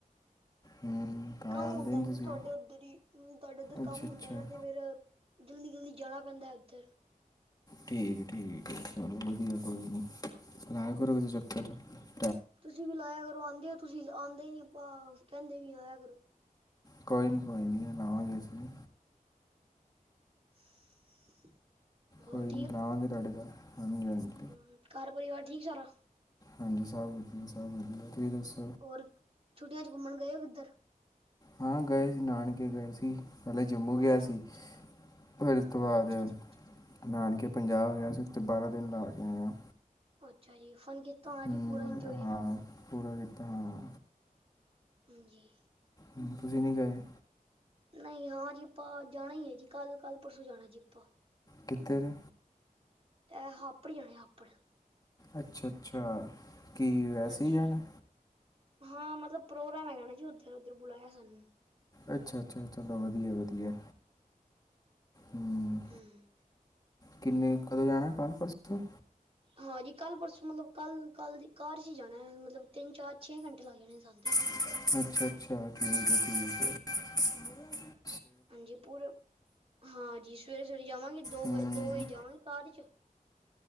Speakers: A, on the left (about 25°); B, on the right (about 40°).
A: ਹੂੰ ਤਾਂ
B: ਕੰਮ
A: ਆਉਂਦੇ
B: ਹੁੰਦਾ ਹੀ
A: ਤੁਸੀਂ
B: ਨਹੀਂ ਤੁਹਾਡੇ ਉੱਧਰ ਹੀ। ਉਮ-ਤੁਹਾਡੇ ਉੱਧਰ
A: ਅੱਛਾ
B: ਕੰਮ
A: ਅੱਛਾ
B: ਹੁੰਦਾ ਨਾ ਤੇ ਫਿਰ ਜਲਦੀ ਜਲਦੀ ਜਾਣਾ ਪੈਂਦਾ ਉੱਥੇ।
A: ਠੀਕ ਠੀਕ ਚਲੋਂ ਵਧੀਆ ਕੋਈ
B: ਹੂੰ
A: ਨੀ ਲਾਇਕ <unintelligible>
B: ਤੁਸੀਂ ਵੀ ਲਾਇਆ ਕਰੋ ਆਉਂਦੇ ਹੋ ਤੁਸੀਂ, ਆਉਂਦੇ ਹੀ ਨੀ ਆਪਾਂ ਕਹਿੰਦੇ ਨੀ ਆਇਆ ਕਰੋ।
A: ਕੋਈ ਨਹੀਂ ਕੋਈ ਨਹੀਂ, ਲਵਾਂਗੇ ਅਸੀਂ ਵੀ।
B: <inaudible> ਹੋਰ
A: ਕੋਈ ਨਹੀਂ ਲਾਵਾਂਗੇ ਤੁਹਾਡੇ ਘਰ। ਹਾਂਜੀ -ਹਾਂਜੀ।
B: ਹਮਮਹ ਘਰ ਪਰਵਾਰ ਠੀਕ ਸਾਰਾ।
A: ਹਾਂਜੀ ਸਭ ਵਧੀਆ ਸਭ ਵਧੀਆ। ਤੁਸੀ ਦਸੋ।
B: ਹੋਰ ਛੁੱਟੀਆਂ ਚ ਘੁੰਮਣ ਗਏ ਓ ਕਿੱਧਰ?
A: ਹਾਂ ਗਏ ਸੀ-ਨਾਨਕੇ ਗਏ ਸੀ। ਪਹਿਲੇ ਜੰਮੂ ਗਿਆ
B: ਅੱਛਾ
A: ਸੀ,
B: ਅੱਛਾ
A: ਫੇਰ ਉਸ ਤੋਂ ਬਾਦ
B: ਅੱਛਾ ਅੱਛਾ ਅੱਛਾ
A: ਨਾਨਕੇ ਪੰਜਾਬ ਗਿਆ ਸੀ ਉੱਥੇ ਬਾਰਾਂ ਦਿਨ ਲਾ ਕੇ ਆਇਆਂ ਹਾਂ।
B: ਅੱਛਾ ਜੀ। ਫਨ ਕੀਤਾ ਹੋਣਾ
A: ਹੂੰ
B: ਜੀ ਪੂਰਾ ਇੰਜੋਏ।
A: ਹਾਂ ਪੂਰਾ ਦਿੱਤਾ ਹੋਣਾ।
B: ਹਾਂਜੀ।
A: ਹਾਂਜੀ ਤੁਸੀ ਨਈ ਗਏ?
B: ਨਈ ਹਾਂ ਜੀ ਆਪਾਂ ਜਾਣਾ ਈ ਏ ਜੀ। ਕੱਲ੍ਹ-ਕੱਲ੍ਹ ਪਰਸੋਂ ਜਾਣਾ ਜੀ ਆਪਾਂ।
A: ਕਿਧਰ?
B: ਐਹ ਹਾਪੜ ਜਾਣਾ ਹਾਪੜ।
A: ਅੱਛਾ ਅੱਛਾ। ਕੀ ਵੈਸੇ
B: ਹਾਂਜੀ
A: ਹੀ ਜਾਣਾ?
B: ਹਾਂ ਮਤਲਬ ਪ੍ਰੋਗਰਾਮ ਹੈਗਾ ਨਾ ਜੀ ਉਧੱਰ। ਉਧੱਰ ਬੁਲਾਇਆ ਸਾਨੂੰ।
A: ਅੱਛਾ-ਅੱਛਾ-ਅਛਾ ਬ-ਵਧੀਆ-ਵਧੀਆ। ਹੂੰ।
B: ਹੁਮਮ।
A: ਕਿੰਨੇ, ਕਦੋਂ ਜਾਣਾ ਕੱਲ੍ਹ ਪਰਸੋਂ?
B: ਹਾਂਜੀ ਕੱਲ ਪਰਸੋਂ, ਮਤਲਬ ਕੱਲ-ਕੱਲ ਦੀ ਕਾਰ ਚ ਈ ਜਾਣਾ ਹੈ, ਮਤਲਬ ਤਿੰਨ ਚਾਰ ਛੇ ਘੰਟੇ ਲੱਗ ਜਾਂਦੇ ਨੇ ਸਨ ਤੇ।
A: ਅੱਛਾ-ਅੱਛ ਛ ਠੀਕ ਹੇ-ਠੀਕ ਹੇ। <unintelligible>
B: ਹਾਂਜੀ ਪੂਰੇ, ਹਾਂਜੀ ਸਵੇਰੇ-ਸਵੇਰੇ ਜਾਵਾਂਗੇ ਦੋ
A: ਹੂੰ
B: ਵ ਦੋ ਵਜੇ ਜਾਵਾਂਗੇ ਕਾਰ ਚ